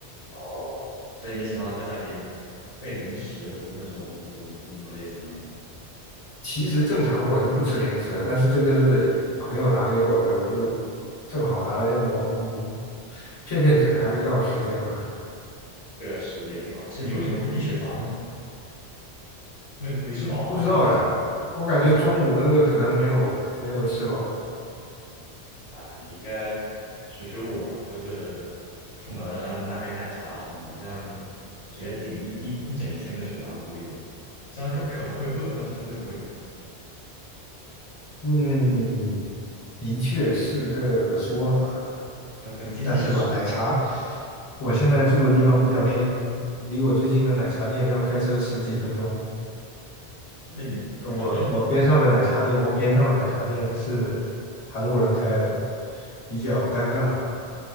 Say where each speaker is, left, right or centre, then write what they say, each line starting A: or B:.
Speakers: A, on the left; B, on the left.
A: 哦，所以你喜欢在家里备零食那种那种那种类型吗？
B: 其实正常我是不吃零食的，但是这个是朋友拿给我的，我就正好拿来抹抹骗骗嘴，还没到时间嘛。
A: 确实也挺好。可是你为什么会低血糖呢？没没吃饱吗？
B: 不知道哎，
A: <laughs> 这种
B: 我感觉中午那个可能没有没有吃饱。
A: 没吃饱，哎，你应该学学我啊，就是出门买杯奶茶什么的，这样直接顶一一一整天的血糖都不会低。虽然可可能会饿，但是绝对不会低血
B: 嗯，的确是这个说法。
A: 糖，很很经济实惠。
B: 但是吧，奶茶，我现在住的地方比较偏，离我最近的奶茶店要开车十几分钟。
A: 那你你反正
B: 我我边上的奶茶店，我边上的奶茶店是韩国人开的，比较尴尬，